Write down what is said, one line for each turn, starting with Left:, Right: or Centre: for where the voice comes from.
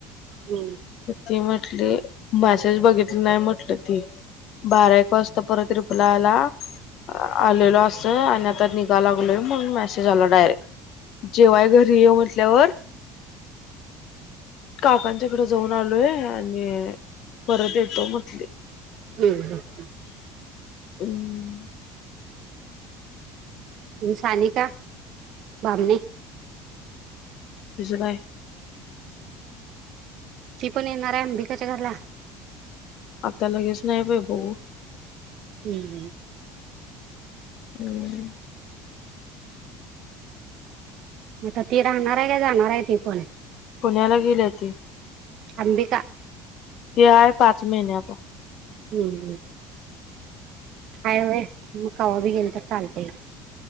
Right: हम्म
Left: ती म्हटली मेसेज बघितली नाही म्हटल ती बारा एक वाजता परत रिप्लाय आला आलेलो अस आणि आता निघा लागलोय म्हणून मेसेज आला डायरेक्ट जेवाय घरी ये म्हटल्यावर काकांच्या इकडे जाऊन आलोय आणि परत येतो म्हटली
Right: हम्म
Left: हम्
Right: सानिका बामने
Left: तिज काय?
Right: ती पण येणार हाय अंबिकाच्या घरला
Left: आता लगेच नाही बई बघू
Right: हूं हूं
Left: हम्म
Right: म आता केक आणणार हाय का जाणार हाय ती पण
Left: पुण्याला गेल्याती
Right: अंबिका
Left: ते आहे पाच महिन्याचा
Right: हम्म हम् हाय व मग कावा बी गेल तर चालतय?